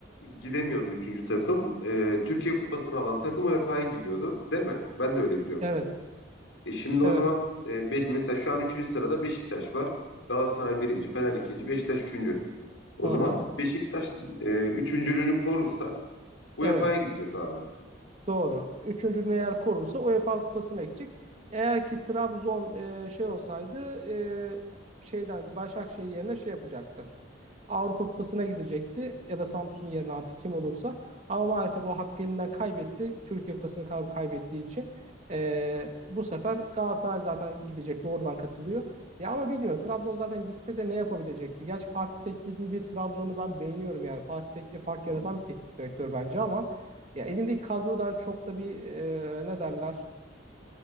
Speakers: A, on the left (about 90°); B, on the right (about 35°).
A: gidemiyordu üçüncü takım. E, Türkiye Kupası'nı alan takım UEFA'ya gidiyordu. Değil mi? Ben de öyle biliyorum.
B: Evet,
A: E şimdi o
B: evet.
A: zaman e, beş, mesela şu an üçüncü sırada Beşiktaş var. Galatasaray birinci, Fener ikinci, Beşiktaş üçüncü. O
B: Hı
A: zaman
B: hı.
A: Beşiktaş e, üçüncülüğünü korursa UEFA'ya
B: Evet.
A: gidecek abi. Hı
B: Doğru. Üçüncülüğünü eğer korursa UEFA Kupası'na gidecek. Eğer ki Trabzon e, şey olsaydı e, şeyden Başakşehir yerine şey yapacaktı. Avrupa Kupası'na gidecekti ya da Samsun yerine artık kim olursa. Ama maalesef o hakkı elinden kaybetti. Türkiye Kupası'nı kaybettiği için. E, bu sefer Galatasaray zaten gidecek. Doğrudan katılıyor. Ya ama bilmiyorum. Trabzon zaten gitse de ne yapabilecekti? Gerçi Fatih Tekkil'in bir Trabzon'u ben beğeniyorum yani. Fatih Tekke fark
A: hı.
B: yaratan bir teknik direktör bence ama ya elindeki kadro da çok da bir e, ne derler